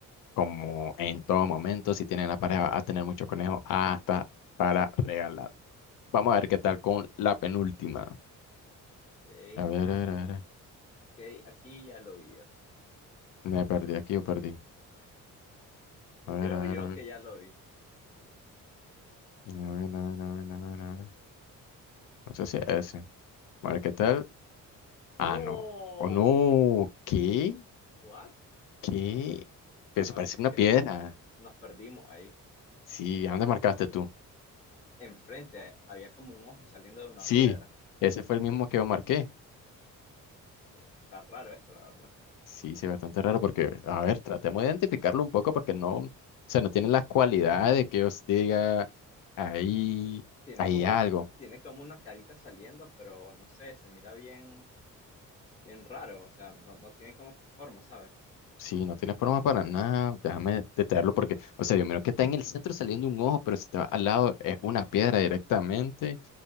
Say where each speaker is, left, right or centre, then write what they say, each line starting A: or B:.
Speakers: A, on the left; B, on the left.
A: como en todo momento, si tienen la pareja, va a tener muchos conejos hasta para regalar. Vamos a ver qué tal con la penúltima.
B: Ok,
A: A ver,
B: fan.
A: a ver, a ver.
B: Ok, aquí ya lo vi yo.
A: Me perdí aquí o perdí. A ver,
B: Creo
A: a ver,
B: yo
A: a ver.
B: que ya lo vi.
A: A ver, a ver, a ver, a ver, a ver. No sé si es ese. A ver qué tal.
B: ¡No!
A: Ah, no. Oh, no. ¿Qué?
B: ¿What?
A: ¿Qué?
B: La
A: Pero se parece
B: verdad es
A: una
B: que
A: piedra.
B: no. nos perdimos ahí.
A: Sí, ¿a dónde marcaste tú?
B: Enfrente eh, había como un ojo saliendo de una
A: Sí,
B: piedra.
A: ese fue el mismo que yo marqué.
B: Eh, Está raro esto, la verdad.
A: Sí, sí, bastante raro porque, a ver, tratemos de identificarlo un poco porque no, o sea, no tiene las cualidades que os diga ahí
B: Tiene
A: hay
B: como
A: algo.
B: la, tiene como una carita saliendo, pero no sé, se mira bien, bien raro. O sea, no, no tiene como que forma, ¿sabes?
A: Sí, no tiene forma para nada, déjame detenerlo porque, o sea, yo miro que está en el centro saliendo un ojo, pero si te va al lado es una piedra directamente.